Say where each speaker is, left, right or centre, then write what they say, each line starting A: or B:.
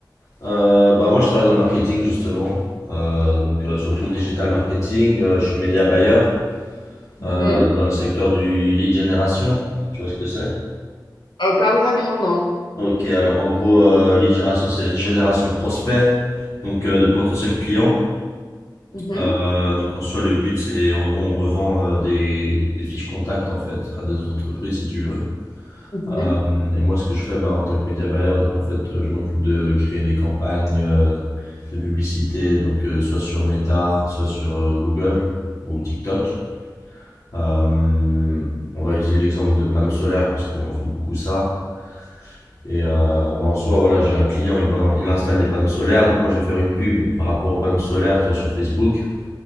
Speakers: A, on the left; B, on the left.
A: Euh, bah moi, je travaille dans le marketing, justement. Euh, donc euh, surtout digital marketing. Euh, je suis média buyer
B: Mhm.
A: euh, dans le secteur du lead generation. Tu vois ce que c'est?
B: Euh, pas vraiment, non.
A: Ok, alors en gros, euh, lead generation, c'est une génération de prospects, donc euh, de potentiels clients.
B: Mhm,
A: Euh, donc en soi, le but, c'est en gros, on revend euh, des, des fiches contacts, en fait, à des autres entreprises, si tu veux.
B: mhm,
A: Euh, et moi, ce que je fais ben, en tant que média buyer, donc en fait, euh, je m'occupe de créer des campagnes euh, de publicité, donc euh, soit sur Meta, soit sur euh, Google ou TikTok. Euh, on va utiliser l'exemple de panneaux solaires parce qu'on fait beaucoup ça. Et euh, ben, en soi, voilà, j'ai un client, il, va- il installe des panneaux solaires, donc moi, je vais faire une pub par rapport aux panneaux solaires, tu vois, sur Facebook.